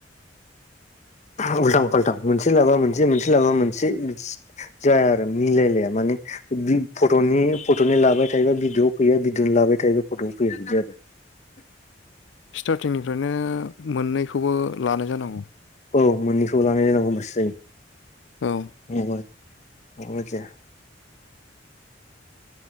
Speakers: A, on the left; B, on the left.
A: उल्थां फाल्थां मोनसे लाबा मोनसे मोनसे लाबा मोनसे जाया आरो मिलायलाया मा। माने फट'नि फट'नि लाबाय थायोबा भिडिअआव फैया भिदडअनो लाबाय थायोबा फट'आव फैया बिदि आरो। <unintelligible>
B: स्टारटिंनिफ्रायनो मोननैखौबो लानाय जानांगौ
A: औ मोननैखौ लाना नायनांगौ होनबासो जायो
B: औ
A: आरो। <unintelligible>